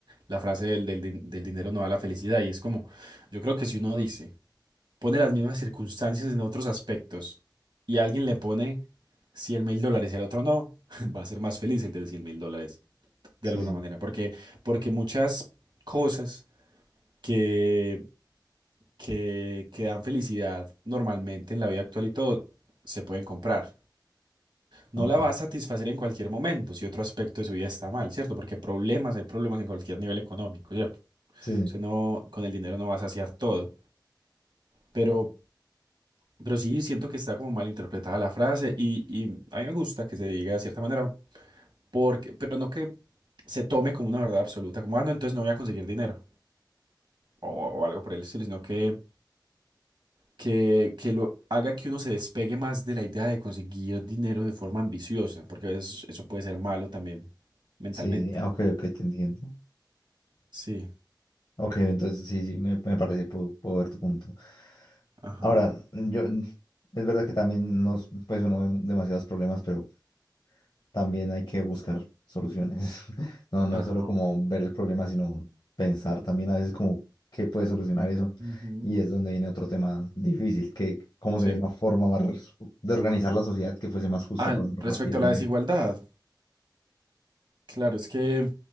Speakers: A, on the right (about 75°); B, on the left (about 65°).
A: la frase del, del, din- del dinero no da la felicidad. Y es como, yo creo que si uno dice, pone las mismas circunstancias en otros aspectos y alguien le pone cien mil dólares y al otro no, <laughs> va a ser más feliz el de cien mil dólares. de
B: Sí,
A: alguna
B: sí.
A: manera, porque, porque muchas cosas que, que, que dan felicidad normalmente en la vida actual y todo se pueden comprar. No
B: Ok.
A: la va a satisfacer en cualquier momento si otro aspecto de su vida está mal, ¿cierto? Porque problemas, hay problemas en cualquier nivel económico, ¿cierto?
B: Sí,
A: O sea, no, con el dinero no va a saciar todo, pero, pero sí siento que está como mal interpretada la frase y, y a mí me gusta que se diga de cierta manera, porque, pero no que se tome como una verdad absoluta, como, ah, no, entonces no voy a conseguir dinero. o, o algo por el estilo, sino que, que, que lo haga que uno se despegue más de la idea de conseguir dinero de forma ambiciosa, porque a veces eso puede ser malo también mentalmente.
B: sí, sí, ah, ok, ok, te entiendo.
A: Sí,
B: Ok, entonces sí, sí, me, me parece, puedo, puedo ver tu punto.
A: ajá,
B: Ahora, yo, es verdad que también nos, pues uno ve demasiados problemas, pero también hay que buscar soluciones. <laughs> No, no
A: ajá.
B: es solo como ver el problema, sino pensar también a veces como qué puede solucionar eso.
A: ujú,
B: Y es donde viene otro tema difícil, que cómo
A: Sí.
B: sería una forma más de organizar la sociedad que fuese más justa
A: ah
B: para repartir
A: respecto
B: el
A: a
B: dinero.
A: la desigualdad, claro, es que